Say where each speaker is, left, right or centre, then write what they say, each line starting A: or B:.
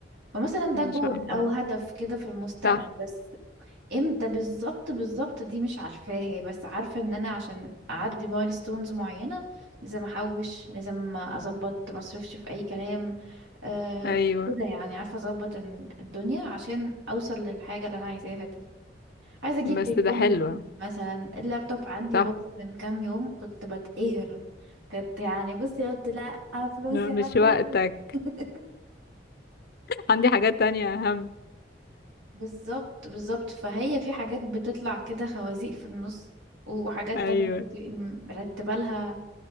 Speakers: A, on the right (about 85°); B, on the left (about 55°).
A: فمثلا
B: ما
A: ده جول
B: شاء الله
A: او هدف كده في المستقبل
B: صح
A: بس امتى بالظبط بالظبط دي مش عارفاها بس عارفه ان انا عشان اعدي مايلستونز معينه لازم احوش لازم اظبط ما اصرفش في اي كلام آه
B: ايوه
A: كده يعني عارفه اظبط ال- الدنيا عشان اوصل للحاجه اللي انا عايزاها دي عايزه اجيب
B: بس
A: تليفون
B: ده حلو
A: جديد مثلا اللابتوب عندي
B: صح
A: باظ من كام يوم كنت بتقهر كنت يعني بصي قلت لا فلوسي
B: لا مش
A: هتروح
B: وقتك
A: <laughs>
B: عندي حاجات تانية أهم
A: بالظبط بالظبط فهي في حاجات بتطلع كده خوازيق في النص وحاجات
B: أيوه
A: تانية انت تبقي مرتبة لها